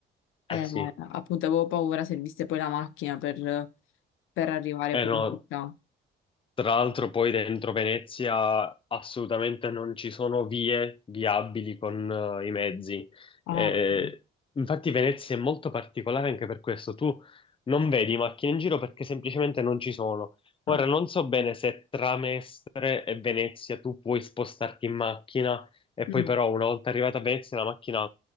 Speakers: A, on the left (about 85°); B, on the left (about 25°).
A: Eh,
B: Eh sì,
A: appunto avevo paura servisse poi la macchina per, per arrivare
B: eh
A: poi
B: no,
A: in città.
B: Tra l'altro poi dentro Venezia assolutamente non ci sono vie viabili con eh, i mezzi.
A: Ah,
B: Eh, eh,
A: ecco.
B: infatti Venezia è molto particolare anche per questo. Tu non vedi macchine in giro perché semplicemente non ci sono. Ora
A: Ah.
B: non so bene se tra Mestre e Venezia tu puoi spostarti in macchina e
A: Mm.
B: poi però una volta arrivata a Venezia la macchina,